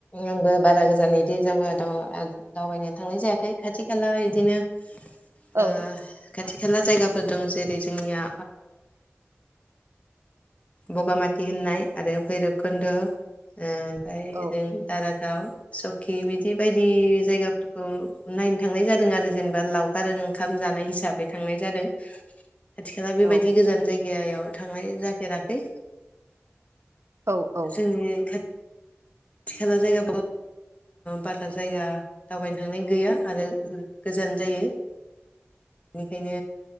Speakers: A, on the left; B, on the right.
A: आंबो बारा गोजान बिदि जायगा दा दावबायनो थांनाय जायाखै खाथि खाला बिदिनो
B: औ
A: ओ खाथि खाला जायगाफोर दं जेरै जोंनिया बगामाथि होननाय आरो भैरबखुन्द' ओमफ्राय
B: औ
A: ओरै दारा गाव सकि बिदि बायदि जायगाफोरखौ नायनो थांनाय जादों आरो जेनेबा लावखार ओं ओंखाम जानाय हिसाबै थांनाय जादों। खाथिखाला बेबायदि
B: औ
A: गोजान जायगायाव थांनाय जाफेराखै।
B: औ औ
A: जोंनि खा थि खाला जायगा बारा जायगा दावबायनो थांनाय गैया आरो गोजान जायो। बेनिखायनो